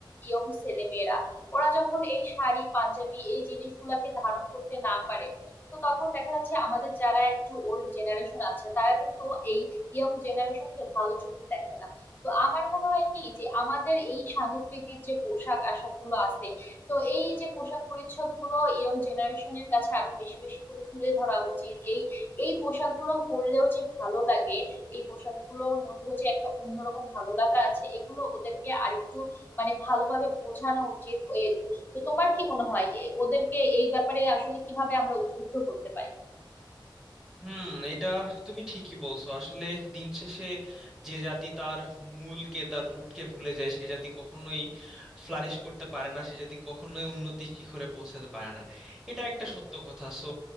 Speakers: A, on the left; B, in the centre.
A: ইয়ং ছেলেমেয়েরা ওরা যখন এই শাড়ি পাঞ্জাবি এই জিনিসগুলোকে ধারণ করতে না পারে তো তখন দেখা যাচ্ছে আমাদের যারা একটু ওল্ড জেনারেশন আছে তারা কিন্তু এই ইয়ং জেনারেশনকে ভালো চোখে দেখে না তো আমার মনে হয় কি যে আমাদের এই সাংস্কৃতিক যে পোশাক আশাক গুলো আছে তো এই যে পোশাক পরিচ্ছদ গুলো ইয়ং জেনারেশনের কাছে আরো বেশি বেশি করে তুলে ধরা উচিত এই এই পোশাকগুলো পরলেও যে ভালো লাগে এই পোশাকগুলোর মধ্যে যে একটা অন্যরকম ভালো লাগা আছে এগুলো ওদেরকে আরেকটু মানে ভালোভাবে বোঝানো উচিত তো তোমার কি মনে হয় এ- ওদেরকে এই ব্যাপারে আসলে কিভাবে আমরা উদ্বুদ্ধ করতে পারি
B: হুম এটা তুমি ঠিকই বলছো আসলে দিন শেষে যে জাতি তার মূলকে তার রুটকে ভুলে যায় সে জাতি কখনোই ফ্লারিশ করতে পারে না সে জাতি কখনোই উন্নতি শিখরে পৌঁছাতে পারে না এটা একটা সত্য কথা সো